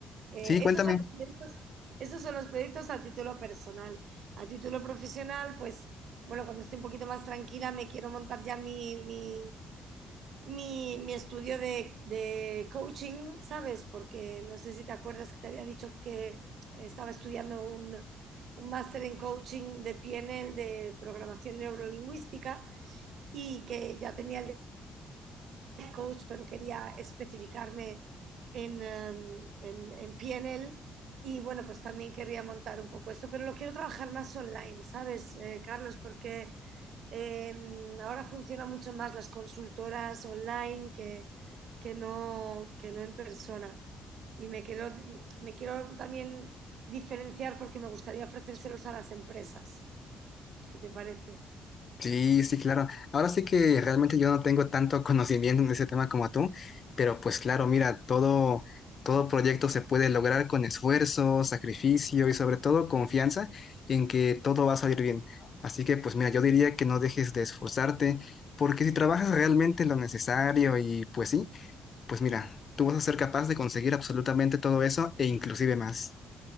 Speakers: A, on the right; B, on the left.
A: Eh,
B: Sí,
A: estos
B: cuéntame.
A: son los proyectos, estos son los proyectos a título personal. A título profesional, pues, bueno, cuando esté un poquito más tranquila, me quiero montar ya mi, mi, mi- mi estudio de, de coaching, ¿sabes? Porque no sé si te acuerdas que te había dicho que estaba estudiando un, un máster en coaching de PNL, de programación neurolingüística, y que ya tenía el coach, pero quería especificarme en, um, en, en PNL y bueno, pues también quería montar un poco esto, pero lo quiero trabajar más online, ¿sabes, eh, Carlos? Porque eh, ahora funcionan mucho más las consultoras online que, que, no, que no en persona. Y me quiero, me quiero también diferenciar porque me gustaría ofrecérselos a las empresas. ¿Qué te parece?
B: Sí, sí, claro. Ahora sí que realmente yo no tengo tanto <laughs> conocimiento en ese tema como tú, pero pues claro, mira, todo, todo proyecto se puede lograr con esfuerzo, sacrificio y sobre todo confianza en que todo va a salir bien. Así que pues mira, yo diría que no dejes de esforzarte, porque si trabajas realmente lo necesario y pues sí, pues mira, tú vas a ser capaz de conseguir absolutamente todo eso e inclusive más.